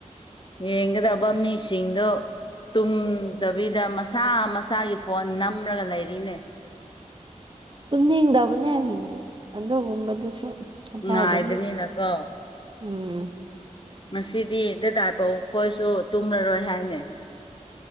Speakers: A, on the left (about 40°); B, on the right (about 40°).
A: ꯌꯦꯡꯒꯗꯕ ꯃꯤꯁꯤꯡꯗꯣ ꯇꯨꯝꯗꯕꯤꯗ ꯃꯁꯥ-ꯃꯁꯥꯒꯤ ꯐꯣꯟ ꯅꯝꯔꯒ ꯂꯩꯔꯤꯅꯦ꯫
B: ꯇꯨꯝꯅꯤꯡꯗꯕꯅꯦ ꯑꯗꯨꯒꯨꯝꯕꯗꯨꯁꯨ꯫ ꯀꯗꯥꯏꯗꯒꯤ
A: ꯉꯥꯏꯕꯅꯤꯅꯀꯣ
B: ꯎꯝ꯫
A: ꯉꯁꯤꯗꯤ ꯗꯗꯥꯐꯥꯎ ꯃꯈꯣꯏꯁꯨ ꯇꯨꯝꯃꯔꯣꯏ ꯍꯥꯏꯅꯦ꯫